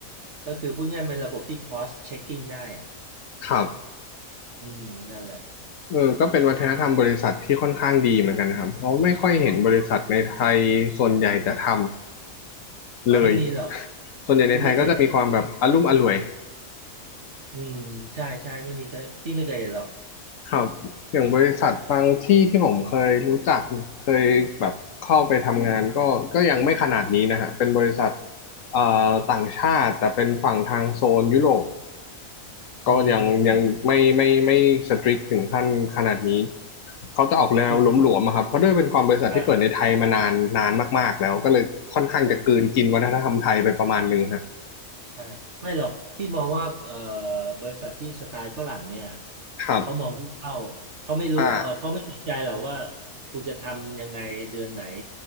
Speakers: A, on the right; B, on the left.
A: ก็คือพูดง่ายๆเป็นระบบที่ cross checking ได้อ่ะ
B: ครับ
A: อืมนั่นแหละ
B: เออก็เป็นวัฒนธรรมบริษัทที่ค่อนข้างดีเหมือนกันนะครับเพราะไม่ค่อยเห็นบริษัทในไทยส่วนใหญ่จะทำเลย
A: อ๋อไม่มีหรอก
B: ส่วนใหญ่ในไทยก็จะมีความแบบอลุ่มอล่วย
A: พี่ไม่เคยเห็นอืมใช่ใช่ไม่มีเคยพี่ไม่เคยเห็นหรอก
B: ครับอย่างบริษัทบางที่ที่ผมเคยรู้จักเคยแบบเข้าไปทำงานก็ก็ยังไม่ขนาดนี้นะฮะเป็นบริษัทเอ่อต่างชาติแต่เป็นฝั่งทางโซนยุโรป
A: อืม
B: ก็ยังยังไม่ไม่ไม่สตริกถึงขั้นขนาดนี้เขาจะออกแนวหลวมๆอะครับเพราะด้วยเป็นความบริษัทที่เปิดในไทยมานานนานมากๆแล้วก็เลยค่อนข้างจะกลืนกินวัฒนธรรมไทยไปประมาณหนึงฮะ
A: คือใช่ใช่ใช่ไม่หรอกพี่มองว่าเอ่อบริษัทที่สไตล์ฝรั่งเนี่ย
B: ครับ
A: เขามองทุกเป้าเขาไม่รู้เออเขาไม่สนใจหรอกว่า
B: อ่า
A: คุณจะทำยังไงเดือนไหน